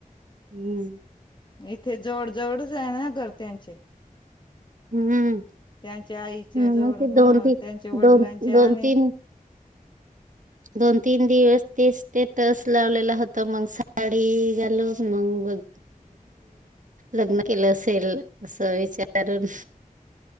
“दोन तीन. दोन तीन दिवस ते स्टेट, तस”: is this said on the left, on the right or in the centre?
Right